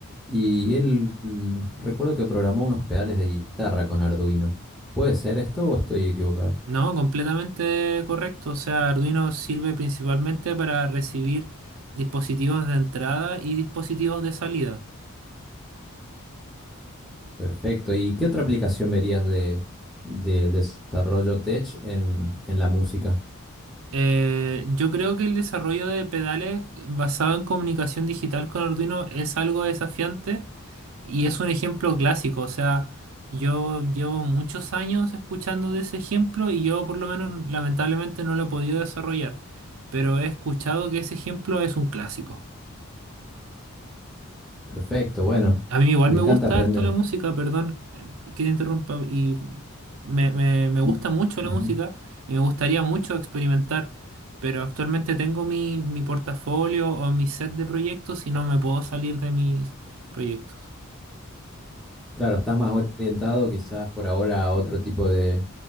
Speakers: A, in the centre; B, on the right.
A: y él mm, recuerdo que programó unos pedales de guitarra con Arduino. ¿Puede ser esto o estoy equivocado?
B: No, completamente correcto. O sea, Arduino sirve principalmente para recibir dispositivos de entrada y dispositivos de salida.
A: Perfecto. ¿Y qué otra aplicación verías de, del desarrollo tech en, en la música?
B: Eh, yo creo que el desarrollo de pedales basado en comunicación digital con Arduino es algo desafiante y es un ejemplo clásico. O sea, yo llevo muchos años escuchando de ese ejemplo y yo por lo menos lamentablemente no lo he podido desarrollar, pero he escuchado que ese ejemplo es un clásico.
A: Perfecto, bueno,
B: A mí igual
A: me
B: me
A: encanta
B: gusta
A: aprender.
B: harto la música, perdón eh, que te interrumpa, y me, me- me gusta
A: N-
B: mucho la
A: ujú.
B: música y me gustaría mucho experimentar, pero actualmente tengo mi, mi portafolio o mi set de proyectos y no me puedo salir de mis proyectos.
A: Claro, estás más orientado quizás por ahora a otro tipo de,